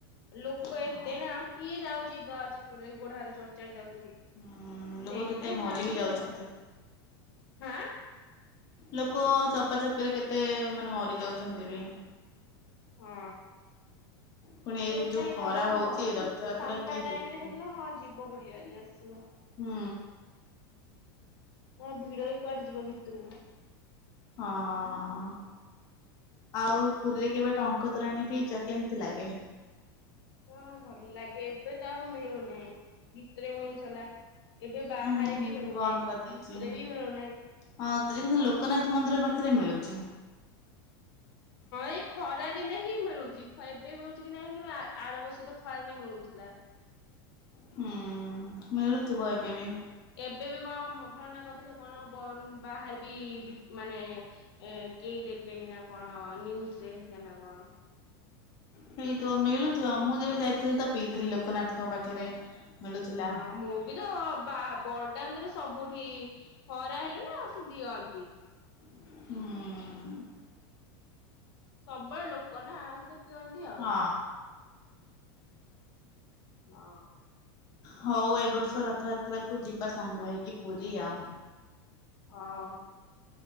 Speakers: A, on the left; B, on the left.
A: ଲୋକ
B: ହଁ
A: ଏତେ ନା କିଏ ଯାଉଛି ଦଳା ଚକଡାରେ ଗୋଡ ହାତ ଚଢଚାଡି ଯାଉଛନ୍ତି।
B: ହୁଁ ଲୋକ
A: ସେଇଥିପାଇଁ
B: କେତେ ମରି
A: ଜାଏନି
B: ବି ଯାଉଛନ୍ତି।
A: ଆଉ। ହାଁ।
B: ଲୋକ ଚପାଚପି ରେ କେତେ ମାନେ ମରି ଯାଉଛନ୍ତି ବି
A: ହୁଁ।
B: ପୁଣି
A: ସେଇଥିପାଇଁ
B: ଏଇ ଯୋଉ ଖରା
A: ଯାଉନୁ
B: ହଉଛି
A: ଆଉ
B: ରଥଯାତ୍ରା
A: ଫାଙ୍କା
B: କିଏ
A: ଟାଇମ
B: ଯିବ
A: ରେ
B: ହୁଁ।
A: ହେଲା ହଁ ଯିବ ବୁଲିଆଲି ଆସିିବ।
B: ହଁ
A: କଣ ଭିଡରେ କୁଆଡେ ଯିବ ଭିତରକୁ।
B: ହଁ। ଆଉ ପୁରୀରେ କେବେ ଟଙ୍କ ତୋରାଣି ପିଇଚ କେମିତି ଲାଗେ।
A: ହଁ ଭଲ ଲାଗେ ଏବେ ତ ଆଉ ମିଳୁନାହିଁ ଭିତରେ ମିଳୁଥିଲା। ଏବେ ବାହାରେ
B: ହୁଁ
A: ବି ମିଳୁନାହିଁ
B: ବନ୍ଦ କରିଦେଇଛି
A: ଭିତରେ ବି ମିଳୁନାହିଁ।
B: ହଁ ସେ ଲୋକନାଥ ମନ୍ଦିର ପାଖରେ ମିଳୁଛି।
A: ଏ ଖରାଦିନେ ହିଁ ମିଳୁଛି ଏବେ ମିଳୁଛି କି ନାହିଁ କିନ୍ତୁ ଆର ବର୍ଷ ତ ଖରା ଦିନେ ମିଳୁଥିଲା।
B: ହୁଁ ମିଳୁଥିବ ଏବେ ବି।
A: ଏବେ ବି କଣ ମନା କରିଥିଲେ କଣ ବନ୍ଦ ବାହାରେ ବି ବିକ୍ ମାନେ ଏ କେହି ଦେବେନି ନା କଣ ନ୍ୟୁଜରେ ହେଇଥି ନା କଣ
B: ହେଇଥିବ ମିଳୁଥିବ ମୁଁ ଯେବେ ଯାଇଥିଲି ତ ପିଇଥିଲି ଲୋକନାଥଙ୍କ ପାଖରେ। ମିଳୁଥିଲା
A: ହଁ ମୁ ବିଦ ବା ବରଦାନ୍ତରେ ସବୁଠି ଖରା ହେଲେ ନା ସେ ଦିଅନ୍ତି।
B: ହୁଁ।
A: ସବୁବେଳେ ଲୋକ ନା ସେ ପିଅନ୍ତି ଆଉ।
B: ହଁ।
A: ଅ
B: ହଉ ଏ ବର୍ଷ ରଥଯାତ୍ରା କୁ ଯିବା ସାଙ୍ଗ ହେଇକି ପୁରୀ ଆଉ।
A: ହଉ